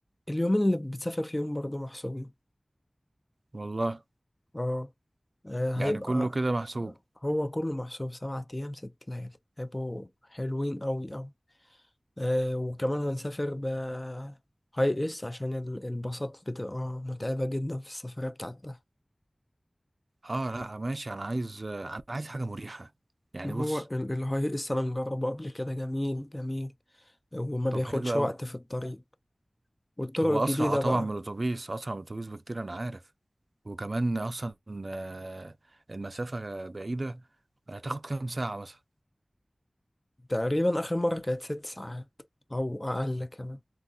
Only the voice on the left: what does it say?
اليومين اللي بتسافر فيهم برضه محسوبين
اه آه،
هيبقى
هو كله محسوب سبعة أيام ست ليالي هيبقوا حلوين أوي أوي آه وكمان هنسافر ب هاي اس عشان ال- الباصات بتبقى متعبة جدا في السفرية بتاعتها
ما
هو ال- الهاي اس أنا مجربه قبل كده جميل جميل وما بياخدش
وقت في الطريق والطرق
الجديدة
بقى
تقريبا آخر مرة كانت ست ساعات أو أقل كمان